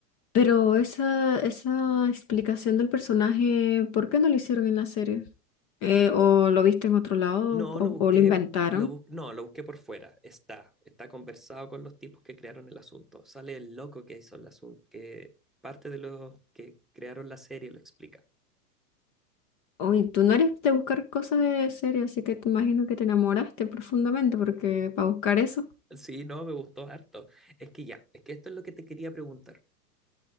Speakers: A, on the left; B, in the centre.
A: pero esa, esa explicación del personaje, ¿por qué no lo hicieron en la serie? Eh, ¿o lo viste en otro lado
B: No,
A: o,
B: lo busqué,
A: o lo inventaron?
B: lo bus- no, lo busqué por fuera. Está, está conversado con los tipos que crearon el asunto. Sale el loco que hizo el asunto, que parte de los que crearon la serie lo explica.
A: Uy, tú no eres de buscar cosas de serie, así que te imagino que te enamoraste profundamente, porque para buscar eso.
B: Sí, no, me gustó harto. Es que ya, es que esto es lo que te quería preguntar.